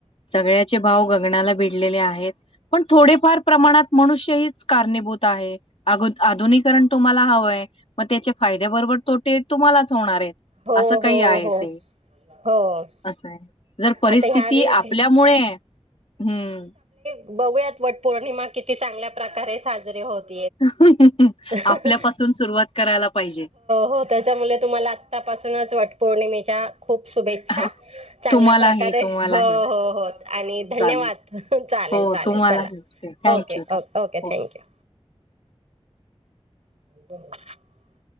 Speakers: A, on the left; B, on the right.
A: सगळ्याचे- भाव गगणाला- भिडलेले आहेत पण थोडेफार प्रमाणात मनुष्य हीच कारणीभूत आहेत. आगोद- आधुनिककरण तुम्हाला हवंय? मग त्याचे फायद्या बरोबर तोटे तुम्हालाच होणार आहेत
B: हो
A: असं
B: हो
A: काही आहे
B: हो
A: ते
B: हो
A: असं आहे जर परिस्थिती
B: आता ह्यावेेळेस
A: आपल्यामुळे हम्म-
B: बघुयात वटपौर्णिमा किती चांगल्या प्रकारे साजरीे होत-
A: <unintelligible>
B: हो
A: सुरुवात करायला पाहिजे.
B: हो त्याच्यामुळे तुम्हाला आतापासूनच वाट पौर्णिमे- त्या खूप शुभेच्छा
A: हो,
B: चांगल्या
A: तुम्हालाही,
B: प्रकारे
A: तुम्हालाही.
B: हो हो आणि धन्यवाद
A: चालेल.
B: चालेल
A: हो
B: चालेल
A: तुम्हाला
B: चला
A: thank you
B: okay
A: thank you
B: okay okay
A: हो
B: थँक्यू. <unintelligible>